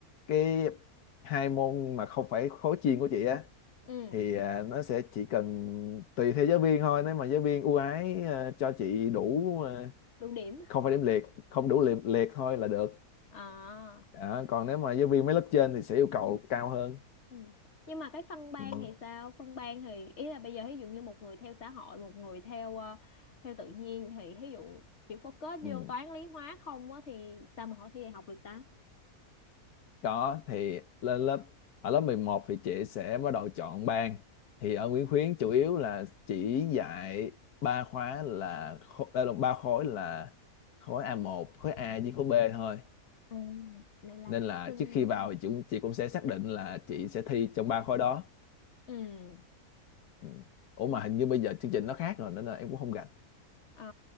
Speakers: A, on the left; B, on the left.
A: cái hai môn mà không phải khối chuyên của chị á
B: ừ
A: thì à, nó sẽ chỉ cần tùy theo giáo viên thôi nếu mà giáo viên ưu ái à, cho chị đủ à,
B: đủ điểm
A: không phải điểm liệt không đủ liệt liệt thôi là được
B: à
A: Đó, còn nếu mà giáo viên mấy lớp trên thì sẽ yêu cầu cao hơn
B: ừ. nhưng mà cái phân ban
A: ừ.
B: thì sao phân ban thì ý là bây giờ ví dụ như một người theo xã hội một người theo ờ, theo tự nhiên thì ví dụ chỉ focus
A: Ừ.
B: vô toán lý hóa không á thì sao mà họ thi đại học được ta
A: Có thì lên lớp ở lớp 11 thì chị sẽ bắt đầu chọn ban. Thì ở Nguyễn Khuyến chủ yếu là chỉ dạy ba khóa là khô- ờ, ba khối là khối a một khối A với khối B thôi.
B: ừ, lại làm
A: Nên là
B: sinh
A: trước khi
B: luôn
A: vào thì chị cũng, chị cũng sẽ xác định là chị sẽ thi trong ba khối đó.
B: ừ
A: Ừ. Ủa mà hình như bây giờ chương trình nó khác rồi nên là em cũng không rành.
B: Ờ,